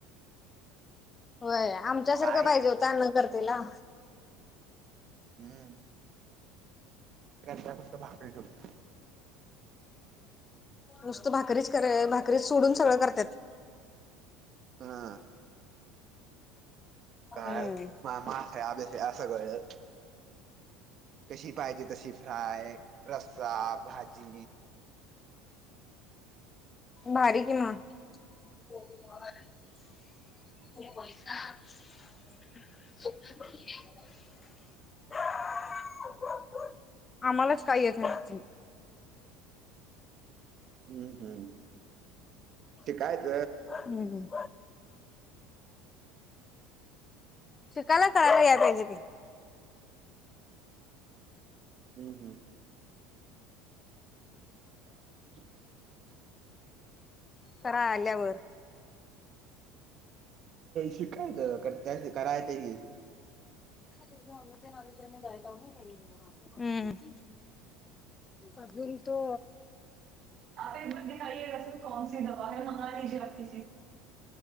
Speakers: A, on the left; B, on the right.
A: होय आमच्यासारखं
B: काय
A: पाहिजे होतं अन्न करतेला
B: हम्म त्या फक्त भाकरी ठत
A: नुसतं भाकरीच करय, भाकरीच सोडून सगळं करताय त.
B: हा काय
A: हम्म
B: मा मासे आभेस आहे असं कळत कशी पाहिजे तशी फ्राय रस्सा भाजी
A: मारी कि म <unintelligible> आम्हालाच काही येत <unintelligible>
B: हम्म हम्म शिकायच
A: हम् हम शिकायला सगळ्याला याया पाहिजे की
B: हम् हम् <inaudible>
A: करा आल्यावर
B: शिकायचं कर्त्या करायचं की
A: <unintelligible> हम अजून तो
B: आप एक दिखाये ग सर कोण सी दवाै मंगा लिजे आप किी